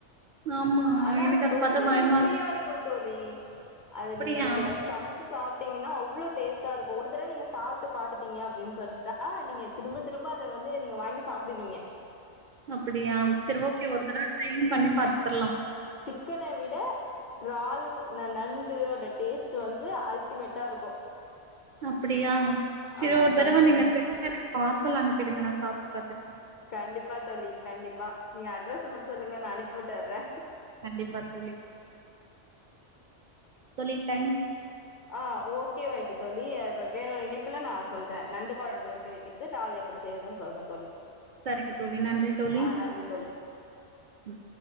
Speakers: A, on the right; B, on the left.
A: ஆமா
B: ஆனா
A: எனக்கு
B: அது ரொம்ப
A: பாத்தா பயமா
B: ருசியா இருக்கு தோழி அது
A: அப்படியா
B: நீங்க சம சம ச்சி சாப்ட்டீங்கன்னா அவ்ளோ டேஸ்டா இருக்கு ஒரு தடவ நீங்க சாப்பிட்டு பாத்துட்டீங்க அப்டினு சொல்லிட்டா ஆ நீங்க திரும்ப திரும்ப அத வந்து நீங்க வாங்கி சாப்பிடுவீங்க
A: அப்டியா செரி ஓகே ஒரு தடவ ட்ரைன் பண்ணி பாத்துரலா
B: சிக்கன விட டிறால் ந நண்டு ஓட டேஸ்ட் வந்து அல்டிமேட்டா இருக்கு
A: அப்டியா செரி
B: ஆ
A: ஒரு தடவை
B: கண்டிப்பா
A: நீங்க பெ எனக்கு பார்சல் அனுப்பிடுங்க நா சாப்பிட்டு பாத்துக்குறே
B: கண்டிப்பா தோழி கண்டிப்பா நீங்க அட்ரஸ்ஸ மட்டும் சொல்லுங்க நா அனுப்பி விட்டுறே
A: கண்டிப்பா தோழி தோழி டைம்
B: ஆ ஓகே வாயிட்டு தோழி அது ப வேற ஒரு இணைப்புல நா சொல்றே நண்டு கொழம்பு எப்டி வை இறால் எப்டி செய்யுறதுன்னு சொல்றேன் தோழி
A: செரிங்க தோழி நன்றி தோழி
B: ஆ நன்றி தோழி
A: ம்